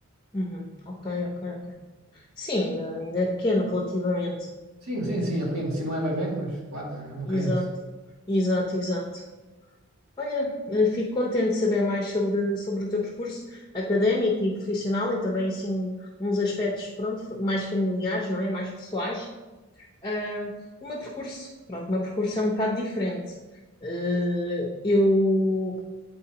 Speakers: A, on the left; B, on the right.
A: Uhum. Ok, ok, ok. Sim, ainda, ainda é pequeno relativamente.
B: Sim, sim, sim, é pequeno. Se não é bebé, mas claro, é uma
A: Exato,
B: criança.
A: exato, exato. Olha, eh, fico contente de saber mais sobre, sobre o teu percurso académico e profissional e também assim uns aspectos pronto, fa- mais familiares, não é? Mais pessoais. Ah, o meu percurso, pronto, o meu percurso é um bocado diferente. Eh, eu